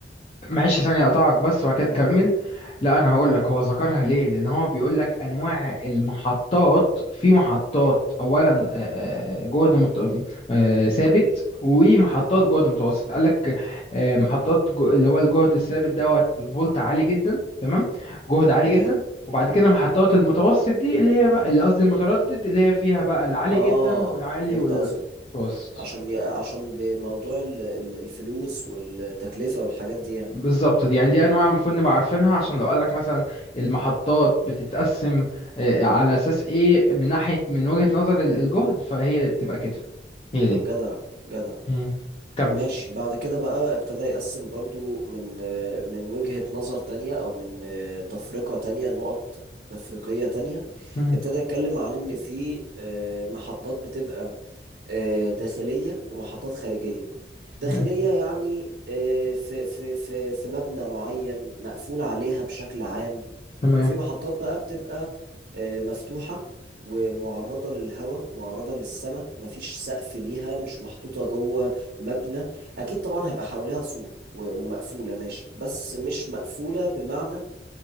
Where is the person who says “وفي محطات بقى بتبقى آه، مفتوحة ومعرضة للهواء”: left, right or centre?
Right